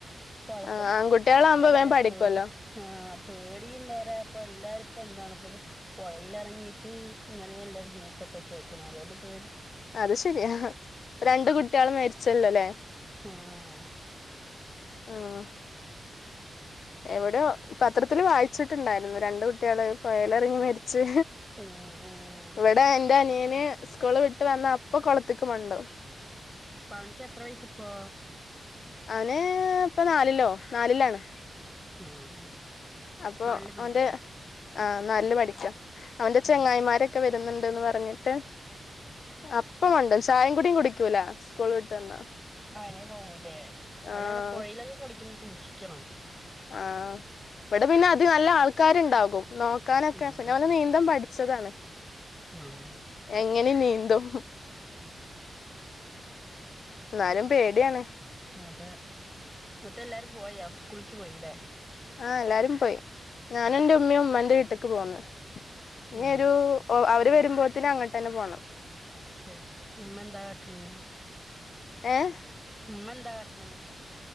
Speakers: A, in the centre; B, on the left.
A: പൊഴക്കന്നാണ്
B: ആഹ് ആൺകുട്ടികളാകുമ്പോ
A: വിട്ടാക്കില്ല പയ
B: വേഗം പഠിക്കുവല്ലോ
A: പേട്ച്. ആഹ് പേടീം വേറെ, അപ്പൊ എല്ലാരും ഇപ്പ എന്താണ് ഇപ്പൊ പൊഴെലെറങ്ങിട്ട് ഇങ്ങനല്ലേ ന്യുസൊക്കെ കേക്ണ് അത്ണ്ട് പേടി.
B: അത് ശെരിയാ. രണ്ടു കുട്ട്യേള് മരിച്ചല്ലോലെ?
A: ആഹ്.
B: ആഹ്. എവിടെയൊ പത്രത്തില് വായിച്ചിട്ട്ണ്ടായിരുന്നു രണ്ട് കുട്ട്യേള് പൊയെലെറങ്ങി മര് ച്ച്.
A: ഉം ഉം
B: ഇവടെ എന്റെ അനിയന്, സ്കൂള് വിട്ട് വന്ന അപ്പൊ കൊളത്തിക്കു പോവ്ണ്ടാവും.
A: പാണിക്ക് എത്ര വയസ് പ്പോ?
B: അവന് പ്പൊ നാലിലോ നാലിലാണ്.
A: ഉം.
B: അപ്പൊ
A: നാലില് പഠിക്കാ
B: ഓന്റെ ആ നാലില് പടിക്ക. അവന്റെ
A: ഉം
B: ചെങ്ങായിമാരെ ക്കെ വെര്ന്ന്‌ണ്ട്ന്ന് പറഞ്ഞിട്ട് അപ്പ മണ്ടു ചായംകൂടി കുടി ക്യുല സ്കൂൾ വിട്ട് വന്നാ
A: അനി യെ പോവൂലേ അതാണ്
B: ആഹ്
A: പൊ ഴെയിലൊക്കെ കളിക്കുമ്പോ സൂക്ഷിക്കണം.
B: ആഹ ഇവടെ പിന്നെ അത് നല്ല ആൾക്കാര്ണ്ടാകും നോക്കാനൊക്കെ
A: ഉം
B: പിന്നെ അവനെ നീന്തൻ പടി ച്ചതാണ്.
A: ഉം
B: എങ്ങനീം നീന്തും ന്നാലും പേട്യണ്.
A: അതെ ന്ന്ട്ട് എല്ലാരും പോയോ സ്കൂളിക്കി പോയിലെ?
B: ആഹ് എല്ലാരും പോയ് ഞാനു
A: ഉം
B: ന്റെ ഉമ്മി ഉമ്മന്റെ വീട്ട്ക്ക് പോന്ന് ഇനി
A: ഉം
B: ഒരു ഓ അവര് വരുമ്പോത്തിനെ അങ്ങട്ട് ന്നെ പോണം.
A: ശരി ഉമെന്താ കാട്ട്ണ്?
B: ഏഹ്
A: ഉമ്മന്താ കാട്ട്ണ്?